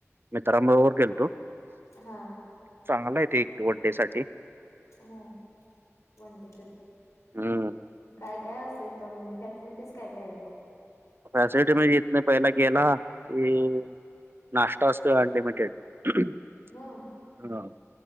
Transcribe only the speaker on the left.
हा
हो वंनडे तर
काय काय असत. तिथ म्हणजे फॅसिलिटीज काय काय आहेत.
म